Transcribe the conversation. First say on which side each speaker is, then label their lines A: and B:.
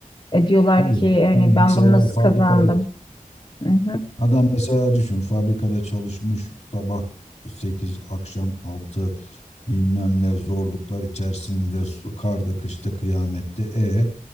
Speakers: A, on the left; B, on the left.
A: E diyorlar
B: Tabii
A: ki
B: yani
A: hani
B: adam
A: ben
B: mesela
A: bunu nasıl
B: fabrikada
A: kazandım? Hı hı.
B: adam mesela düşün fabrikada çalışmış sabah 8 akşam altı bilmem ne zorluklar içerisinde su- karda kışta kıyamette e